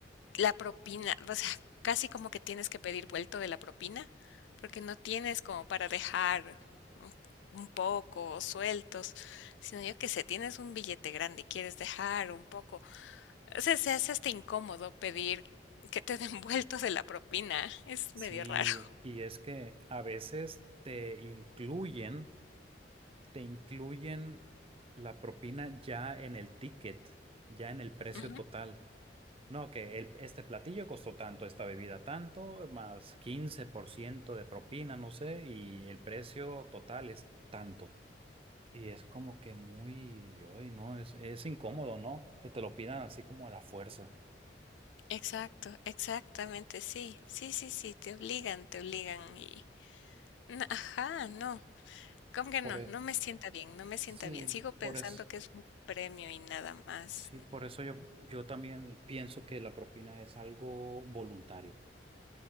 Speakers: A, on the left; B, on the right.
A: La propina, o sea, casi como que tienes que pedir vuelto de la propina, porque no tienes como para dejar un un poco o sueltos, sino yo que sé, tienes un billete grande y quieres dejar un poco. O sea, se hace hasta incómodo pedir que te den <laughs> vuelto de la propina. Es
B: Sí,
A: medio raro.
B: y es que a veces te incluyen, te incluyen la propina ya en el ticket, ya en el precio
A: Ujú.
B: total. No, que el- este platillo costó tanto, esta bebida tanto, más 15% de propina, no sé, y el precio total es tanto. Y es como que muy, ay, no, es, es incómodo, ¿no? Que te lo pidan así como a la fuerza.
A: Exacto, exactamente, sí. Sí, sí, sí, te obligan, te obligan y... no, Ajá, no. ¿Cómo que
B: Por
A: no?
B: eso,
A: No me sienta bien, no me sienta
B: sí,
A: bien. Sigo pensando
B: por eso.
A: que es un premio y nada más.
B: Sí,
A: mm,
B: por eso yo, yo también pienso que la propina es algo voluntario.